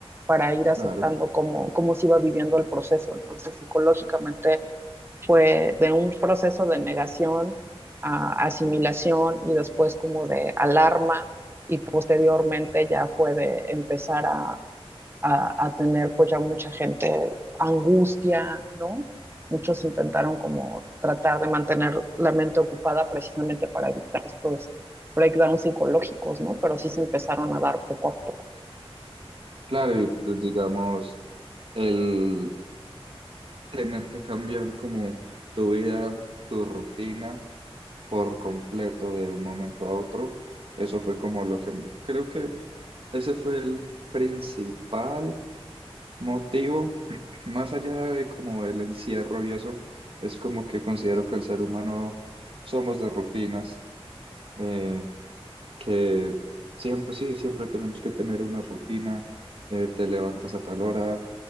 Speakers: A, on the right; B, on the right.
A: para ir aceptando
B: Claro,
A: cómo, cómo se iba viviendo el proceso. Entonces, psicológicamente fue de un proceso de negación a asimilación y después como de alarma y posteriormente ya fue de empezar a a, a tener pues ya mucha gente angustia, ¿no? Muchos intentaron como tratar de mantener la mente ocupada precisamente para evitar estos breakdowns psicológicos, ¿no? Pero sí se empezaron a dar poco a poco.
B: claro, y pues digamos, el tener que cambiar como tu vida, tu rutina por completo de un momento a otro, eso fue como lo que creo que ese fue el principal Motivo, <clears throat> más allá de como el encierro y eso, es como que considero que el ser humano somos de rutinas. Eh, que siempre, sí, siempre tenemos que tener una rutina, eh, te levantas a tal hora,